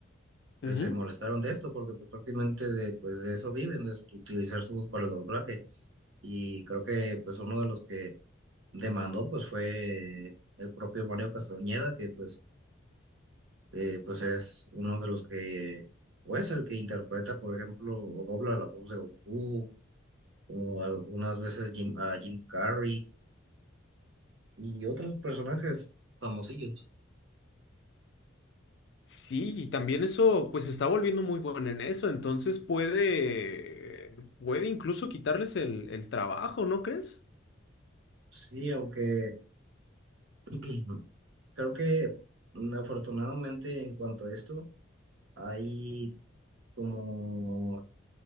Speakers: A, on the right; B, on the left.
A: pues
B: Ujú.
A: se molestaron de esto porque pues prácticamente de, pues, de eso viven, de su- utilizar su voz para el doblaje. Y creo que pues uno de los que demandó pues fue el propio Mario Castañeda, que pues, eh, pues es uno de los que, o es el que interpreta, por ejemplo, o dobla la voz de Goku, o algunas veces Jim, a Jim Carrey y otros personajes famosillos.
B: Sí, y también eso, pues se está volviendo muy bueno en eso, entonces puede, puede incluso quitarles el, el trabajo, ¿no crees?
A: Sí, aunque... <clears throat> Creo que mm, afortunadamente en cuanto a esto, hay como